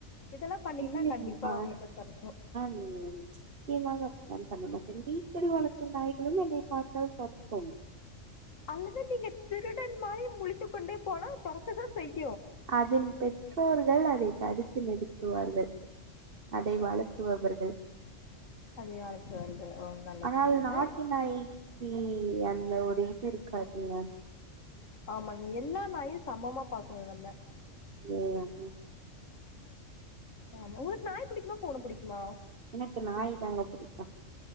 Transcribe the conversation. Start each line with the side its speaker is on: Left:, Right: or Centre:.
Left: இதெல்லாம் பண்ணீங்கன்னா
Right: இல்லங்க
Left: கண்டிப்பா
Right: நா
Left: அவங்கள போய் தொரத்தும்.
Right: நான் சத்தியமாக அப்டிலாம் பண்ண மாட்ட வீட்டில் வளர்க்கும் நாய்களும் என்னை பார்த்தால் தொரத்தும்
Left: அல்லது நீங்க திருடன் மாரி முளித்து கொண்டே போனா துரத்ததான் செய்யும்
Right: அதின் பெற்றோர்கள் அதைத் தடுத்து நிறுத்துவார்கள் அதை வளர்த்துபவர்கள்
Left: அது யாருக்கு வந்து ஓ நல்லது,
Right: ஆனால்
Left: நல்லது.
Right: நாட்டு நாய்க்கி அந்த ஒரு இது இருக்காதுங்க
Left: ஆமாங்க எல்லா நாயும் சமமா பாக்கணும் நம்ம
Right: அதே தாங்க
Left: ஆமா உங்களுக்கு நாய் புடிக்குமா பூனை புடிக்குமா
Right: எனக்கு நாய் தாங்க புடிக்கும்